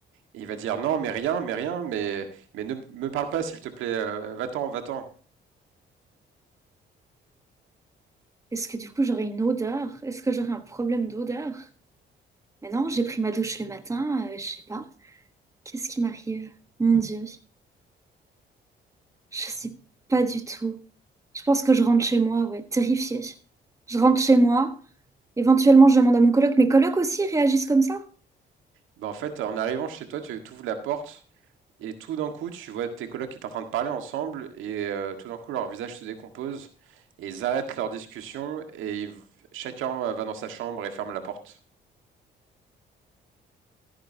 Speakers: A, on the right; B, on the right.
A: Et il va dire non, mais rien, mais rien, mais, mais ne me parle pas, s'il te plaît, euh, va-t'en, va-t'en.
B: Est-ce que du coup j'aurai une odeur? Est-ce que j'aurai un problème d'odeur? Mais non, j'ai pris ma douche le matin, euh, je sais pas. Qu'est-ce qui m'arrive? Mon Dieu, je sais pas du tout. Je pense que je rentre chez moi, ouais, terrifiée. Je rentre chez moi, Éventuellement, je demande à mon coloc. Mes colocs aussi réagissent comme ça?
A: Ben, en fait, en arrivant chez toi, tu ouvres la porte et tout d'un coup, tu vois tes colocs qui sont en train de parler ensemble et euh, tout d'un coup, leur visage se décompose et ils arrêtent leur discussion et ils- chacun euh, va dans sa chambre et ferme la porte.